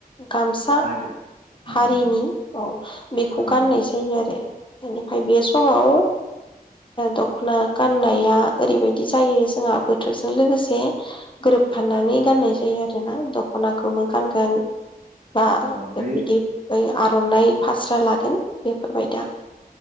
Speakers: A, on the left; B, on the right.
A: गामसा
B: हारि उम
A: हारिनि औ बेखौ
B: उम
A: गाननाय जायो आरो बेनिफ्राय बे समाव दख'ना गाननाया ओरैबायदि जायो जोंहा बोथ जों लोगोसे गोरोब फाननानै गाननाय जायो आरोना दख'ना गोमो गानगोन बा
B: औ बे
A: बिदि बा आर आर'नाय फास्रा लागोन फोरबाय दा